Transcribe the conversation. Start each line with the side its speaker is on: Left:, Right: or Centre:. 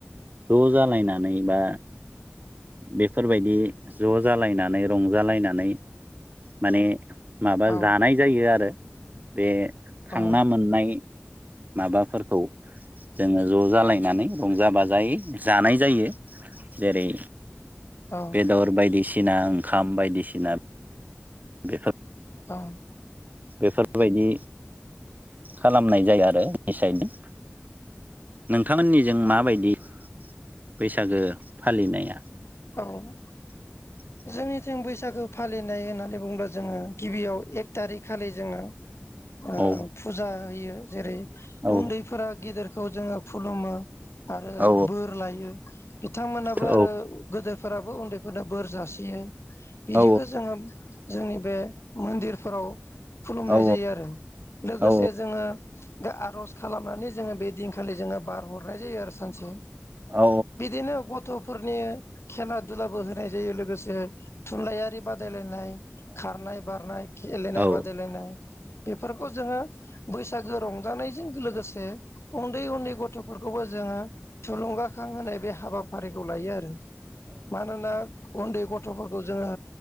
Right: जोङो ज' जालायनानै बा बेफोरबायदि ज' जालायनानै रंजालायनानै माने माबा
Left: औ
Right: जानाय जायो आरो बे खांना
Left: औ
Right: मोननाय माबाफोरखौ जोङो ज' जालायनानै रंजा बाजायै जानाय जायो जेरै
Left: औ
Right: बेदर बायदिसिना ओंखाम बायदिसिना बेसद
Left: अ
Right: बेफोरबायदि खालामनाय जायो आरो निसाइदना नोंथांमोननिजों माबायदि बैसागो फालिनाया
Left: औ
Right: <inaudible>
Left: जोंनिथिं बैसागो फालिनाय होननानै बुङोबा जोङो गिबियाव एक टारिक खालि जोङो ओ
Right: औ
Left: फुजा होयो जेरै
Right: औ
Left: उन्दैफोरा गेदेरखौ जोङो खुलुमो आरो
Right: औ
Left: बोर लायो बिथांमोनाबो
Right: औ
Left: आरो गोदोफोराबो उन्दैफोरनो बोर जासियो बिदिखौ
Right: औ
Left: जोङो जोंनि बे मोन्दिरफोराव खुलुमनाय
Right: औ
Left: जायो आरो लोगोसे
Right: औ
Left: जोङो बे आख रस खालामनानै जोङो बे दिनखालि जोङो बार हरनाय जायो आरो सानसे
Right: औ
Left: बिदिनो गथ'फोरनि खेना दुलाबो होनाय जायो लोगोसे थुनलाइयारि बादेद गेलेनाय खारनाय बारनाय गेलेनाय
Right: औ
Left: बादायलायनाय । बेफोरखौ जोङो बै बैसागो रंजानायजों लोगोसे उन्दै-उन्दै गथ'फोरखौबो जोङो थुलुंगाखां होनाय बे हाबाफारिखौ लायो आरो मानोना उन्दै गथ' गथ'फोरखौ जोङो